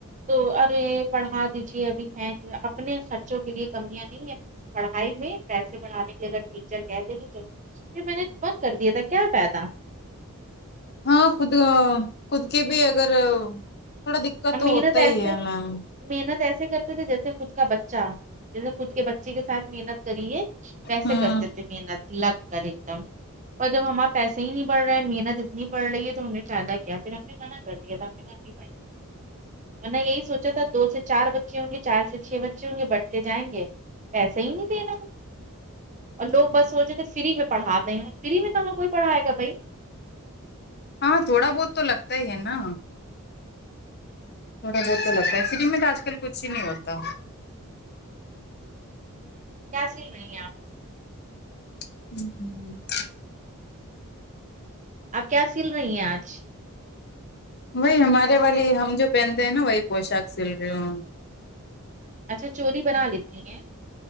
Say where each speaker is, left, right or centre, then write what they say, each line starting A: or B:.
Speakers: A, on the right (about 35°); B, on the left (about 50°).
A: تو ارے پڑھا دیجیے ابھی ہیں اپنے خرچوں کے لیے کمیاں نہیں ہے پڑھائی میں پیسے بڑھانے کے اگر ٹیچر کہ دےے پ میں نے بند کر دیا تھا کیا پیدا
B: ہاں خود خود کے بھی اگر تھوڑا دقت
A: ہم
B: تو
A: محنت
B: ہوتا
A: ایسے
B: ہی ہے میم
A: محنت ایسے کرتے تھے جیسے خود کا بچہ جیسے خود کے بچے کے ساتھ محنت کریے کیسے
B: ہوں
A: کرتے تھے محنت لگ کر ایک دم اور جب ہمار پیسے ہی نہیں بڑ رہے ہیں محنت اتنی پڑ رہی ہے تو ہم نے فائدہ کیا پھر ہم نے منع کر دیا تھا پ <unintelligible> میں نے یہی سوچا تھا دو سے چار بچے ہوں گے چار سے چھ بچے ہوں گے بٹتے جائیں گے پیسے ہی نہیں دین اور لوگ بس وہ جے تھے فری میں پڑھا دے ہیں فری میں کہاں کوئی پڑھائے گا بھائی
B: ہاں تھوڑا بہت تو لگتا ہی ہے نا تھوڑا بہت ہیلتا ہے فری میں تو آج کل کچھ ہی نہیں ہوتا
A: کیسی نہیں آپ
B: ه ہمم ہمم
A: آپ کیا سل رہی ہیں آج
B: وہی ہمارے والی ہم جو پہنتے ہیں نا وہی پوشاک سل رہی ہ
A: اچھا چولی بنا لیتی ہیں